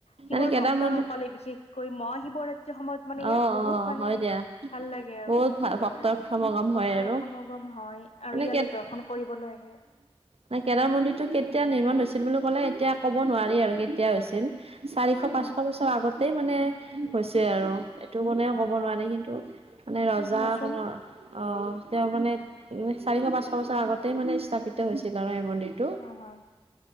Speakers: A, on the left; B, on the right.
A: শিৱৰ
B: মানে কেদাৰ
A: ভক্তসকলে
B: মন্দিৰ
A: বিশেষকৈ মহা শিৱৰাত্ৰি সেইটো সময়ত মানে ইয়াত
B: অ',
A: বহুত
B: অ',
A: মানে
B: হয় দিয়া
A: ভাল লাগে আৰু
B: বহুত ভাল ভক্তৰ
A: এ
B: সমাগম
A: ভক্ত
B: হয় আৰু
A: সমগ গম হয় আৰু
B: এনে
A: ইয়ালৈ দৰ্শন কৰিবলৈ আহে
B: নাই কেদাৰ মন্দিৰটো কেতিয়া নিৰ্মাণ হৈছিল বুলি ক'লে এতিয়া ক'ব নোৱাৰি আৰু কেতিয়া হৈছিল চাৰিশ
A: অ
B: পাঁচশ বছৰ আগতেই মানে হৈছে আৰু
A: অ
B: এইটো কনেও
A: হয়
B: ক'ব
A: হয়
B: নোৱাৰে কিন্তু মানে ৰজাৰ
A: কোৱাচোন
B: সকলৰ অ তেওঁ মানে এ চাৰিশ পাঁচশ বছৰ আগতেই মানে স্থাপিত হৈছিল আৰু এই মন দিটো
A: হয় হয়